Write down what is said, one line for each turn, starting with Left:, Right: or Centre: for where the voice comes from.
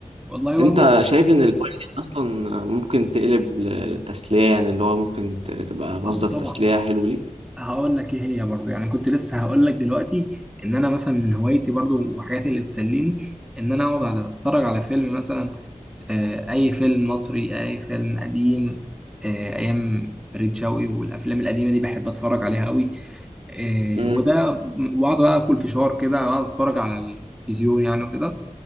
Centre: <laughs> والله
Right: انت
Centre: برضه
Right: شايف ان الهواية دي اصلا ممكن تقلب للتسلية يعني اللي هو ممكن ت- تبقى مصدر
Centre: اه
Right: تسلية
Centre: طبعا
Right: حلو ليك
Centre: هقول لك ايه هي برضو يعني كنت لسه هقول لك دلوقتي ان انا مثلا من هوايتي برضو وحاجاتي اللي بتسليني ان انا اقعد على اتفرج على فيلم مثلا آه، اي فيلم مصري اي فيلم قديم آه، ايام فريد شوقي والافلام القديمه دي بحب اتفرج عليها قوي آه،
Right: امم
Centre: وده واقعد بقى اكل فشار كده واقعد اتفرج على التلفزيون يعني وكده